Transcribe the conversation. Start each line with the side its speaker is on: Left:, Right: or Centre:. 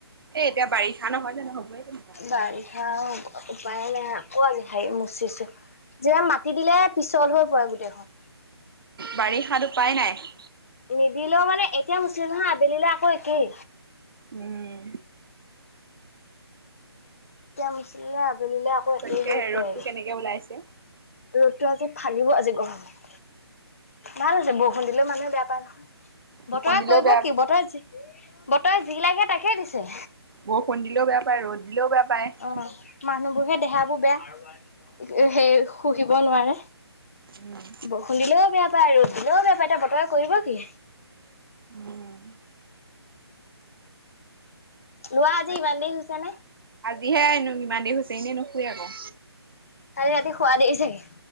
Right: এ এতিয়া বাৰিষা নহয় জানো হ'বই তেনেকুৱা
Left: বাৰিষা আৰু উপায় নাই। কোৱা যে হেৰি মচিছো। যেন মাতি দিলে পিছল হৈ পৰে গোটেইখন।
Right: বাৰিষাত উপায় নাই।
Left: নিদিলেও মানে, এতিয়া মুচিলো হা আবেলিলে আকৌ একেই।
Right: উম
Left: এতিয়া মুচিলে আবেলিলে আকৌ
Right: তাকে
Left: একেই হৈ
Right: হে। ৰ'দটো
Left: পৰেগে
Right: কেনেকে ওলাইছে?
Left: ৰ'দটো আজি ফালিব আজি গৰমে। ভাল হৈছে। বৰষুণ দিলেও মানুহে বেয়া পায় নহয়।
Right: বৰষুণ
Left: বতৰে
Right: দিলেও
Left: কৰিব
Right: বেয়া
Left: কি? বতৰে যি বতৰে যি লাগে তাকে দিছে।
Right: বৰষুণ দিলেও বেয়া পায়, ৰ'দ দিলেও বেয়া পায়।
Left: অ মানুহবোৰ হে দেহাবোৰ বেয়া। হেৰ শুহিব নোৱাৰে।
Right: উম
Left: বৰষুণ দিলেও বেয়া পায়, ৰ'দ দিলেও বেয়া পায়, এতিয়া বতৰে কৰিব কি?
Right: উম
Left: ল'ৰা আজি
Right: তাকে
Left: ইমান দেৰি শুইছে নে?
Right: আজিহে হেনো ইমান দেৰি শুইছে এনেই নুশুয়ে ক।
Left: কালি ৰাতি শুৱা দেৰি ছাগে।